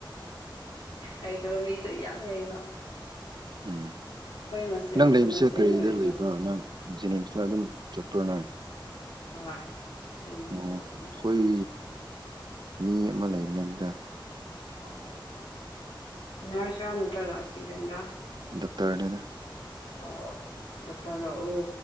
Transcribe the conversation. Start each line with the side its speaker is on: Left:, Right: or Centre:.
Left: ꯍꯩꯇꯕ ꯃꯤꯁꯨ ꯌꯥꯝ ꯂꯩꯩꯕ
Right: ꯎꯝ
Left: ꯃꯁꯦꯟ
Right: ꯅꯪ ꯂꯩꯕꯁꯦ
Left: ꯃꯁꯦꯟ
Right: ꯀꯔꯤꯗ
Left: ꯑꯣꯏꯔꯁꯨ
Right: ꯂꯩꯕ꯭ꯔꯥ ꯅꯪ ꯖꯦꯅꯤꯝꯁꯇ ꯑꯗꯨꯝ ꯆꯠꯄ꯭ꯔꯣ ꯅꯪ
Left: ꯍꯣꯏ ꯖꯦꯅꯤꯝꯁꯗ
Right: ꯑꯣ ꯑꯩꯈꯣꯏ
Left: ꯑꯗꯨꯝ ꯆꯠꯂꯦ
Right: ꯃꯤ ꯑꯃ ꯂꯩꯕꯅꯦ ꯗꯨꯗ
Left: ꯑꯣ ꯅꯔꯁꯔꯥ ꯅꯠꯇ꯭ꯔꯒ ꯏꯁꯇꯨꯗꯦꯟꯔꯥ
Right: ꯗꯣꯛꯇꯔꯅꯤꯗ
Left: ꯑꯣ ꯗꯣꯛꯇꯔꯔꯥ ꯑꯣ